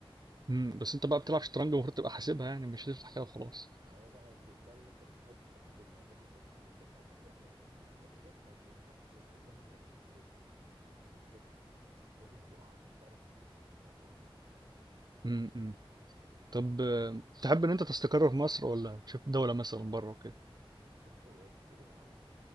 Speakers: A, on the right; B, on the right.
A: إمم، بس أنت بقى بتلعب شطرنج المفروض تبقى حاسبها يعني، مش تفتح كده وخلاص.
B: ما هو بقى دي- ده اللي انت بتحاول تتعلمه هو ده اللي انت بتتعلمه بس اكيد يعني في في حاجات ما بينفعش تتعلمها الا بالتجربة بالخبرة لازم تقع عشان تعرف تقوم فاهم قصدي؟
A: إمم، إمم. طب آه، تحب إن أنت تستقر في مصر والّا تشوف دولة مثلًا برّه وكده؟
B: بص هو سوق العمل